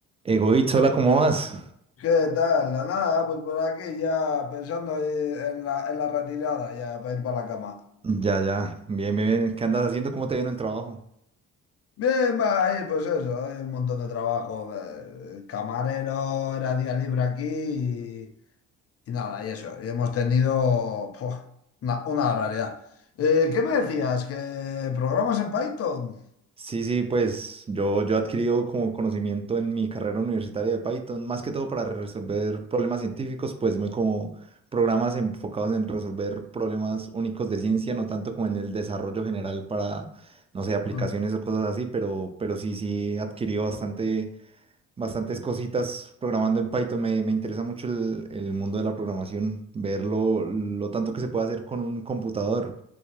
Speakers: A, on the right (about 20°); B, on the left (about 50°).
A: Egoísta, hola, ¿cómo vas?
B: ¿Qué tal? Nada, pues por aquí ya pensando eh, en la, en la retirada, ya para ir para la cama.
A: Ya, ya, bien, bien, bien. ¿Qué andas haciendo? ¿Cómo te viene el trabajo?
B: Bien, va, ahí, pues eso, hay un montón de trabajo. eh, Camarero, era día libre aquí y, y nada, y eso. Y hemos tenido puf, una, una barbaridad. Eh, ¿qué me decías? ¿Que programas en Python?
A: Sí, sí, pues yo, yo he adquirido como conocimiento en mi carrera universitaria de Python, más que todo para resolver problemas científicos, pues muy como programas enfocados en resolver problemas únicos de ciencia, no tanto como en el desarrollo general para, no sé, aplicaciones
B: Mm,
A: o cosas así, pero, pero sí, sí, he adquirido bastante bastantes cositas programando en Python. Me, me interesa mucho el, el mundo de la programación, ver lo, lo tanto que se puede hacer con un computador.